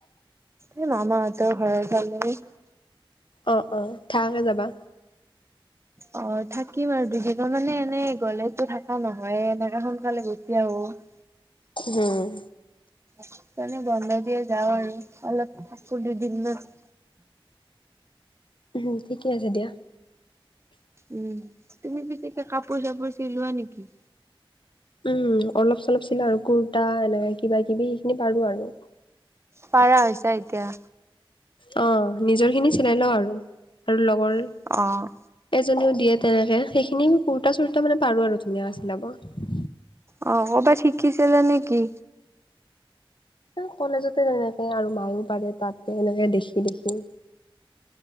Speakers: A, on the right (about 30°); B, on the left (about 65°).
A: এই মামাহঁতৰ ঘৰৰ ফালে।
B: অ', অ', থাকাকৈ যাবা।
A: অ, থাকিম আৰু দুদিনৰ মানে এনেই গলেতো থকা নহয় এনেকাে সোনকালে গুচি গুচি আহো। <unintelligible>
B: হুম,
A: কাৰানে বন্ধ দিয়ে যাও আৰু অলপ থাকো দুদিনত।
B: উম, ঠিকে আছে দিয়া।
A: উম, তুমি পিটিকা কাপোৰ চাপোৰ চিলোৱা নেকি?
B: উম, অলপ চলপ চিলাও আৰু কুুৰ্তা এনেে কিবা কিবি সেইখিনি পাৰো আৰু।
A: পাৰা হৈছে এতিয়া।
B: অ, নিজৰ খিনি চিলাই লও আৰু আৰু লগৰ
A: অ',
B: এজনীও দিয়ে তেনেকে সেইখিনি কুৰা চুৰা মানে পাৰো আৰু ধুনীয়াাকৈ চিলাব।
A: অ, ক'বাত শিকিছিলে নেকি?
B: কলেজতে তেনেকে আৰু মায়ও পাৰে তাতে এনেকে দেখি - দেখি।